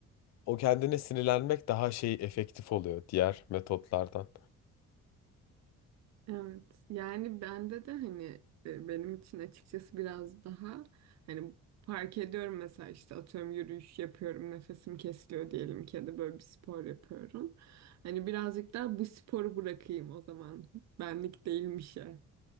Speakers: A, on the left; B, on the right.
A: O kendine sinirlenmek daha şey efektif oluyor diğer metotlardan.
B: Evet yani bende de hani e, benim için açıkçası biraz daha hani fark ediyorum mesela işte atıyorum yürüyüş yapıyorum nefesim kesiliyor diyelim ki ya da böyle bir spor yapıyorum. Hani birazcık daha bu sporu bırakayım o zaman benlik değilmişe